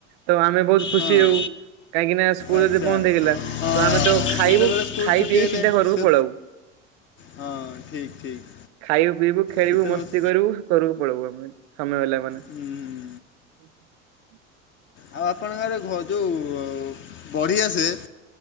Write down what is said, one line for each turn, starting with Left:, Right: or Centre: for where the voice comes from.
Right: ତ ଆମେ ବହୁତ ଖୁସି
Left: ହଁ
Right: ହଉ କାହିଁକି ନା ସ୍କୁଲ
Left: ଆଚ୍ଛା
Right: ଯଦି ବନ୍ଦ ଥିଲା
Left: ହଁ
Right: ତ ଆମେ ତ ଖାଇବୁ
Left: ସେତେବେଳେ ସ୍କୁଲ୍
Right: ଖାଇ
Left: ଛୁଟି
Right: ପିଇକି
Left: ହେଲେ
Right: ସିଧା ଘରକୁ
Left: ସେ
Right: ପଳଉୁ।
Left: ହଁ ଠିକ୍ ଠିକ୍
Right: ଖାଇବୁ ପିଇବୁ ଖେଳିବୁ
Left: ସେତେବେଳେ
Right: ମସ୍ତି କରିବୁ ଘରକୁୁ ପଳେଇବୁ ଆମେ ଆମ ପିଲା ମାନେ
Left: ହୁଁ ହୁଁ।
Right: ହ
Left: ଆଉ ଆପଣଙ୍କଘରେ ଘ ଯୋଉ--ବଢି ଆସେ।